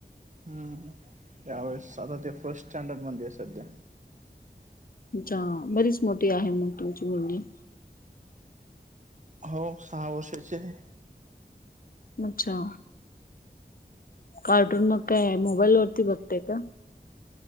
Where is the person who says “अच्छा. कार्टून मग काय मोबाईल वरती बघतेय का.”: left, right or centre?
Left